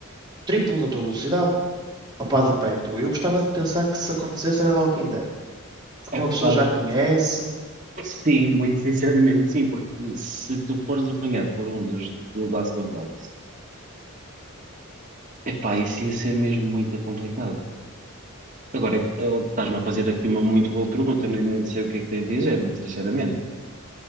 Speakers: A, on the right (about 20°); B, on the right (about 35°).
A: Triplo da tua velocidade. Opá, depende. Eu, eu gostava de pensar que se acontecesse era The Walking Dead. Porque
B: é
A: uma pessoa
B: pá,
A: já conhece.
B: sim, muito sinceramente sim, porque se tu fores apanhado por um dos do Last of Us, é pá, isso ia ser mesmo muito complicado. Agora, eh, estás-me a fazer aqui uma muito boa pergunta, eu nem nem sei o que é que tenho a dizer, muito sinceramente.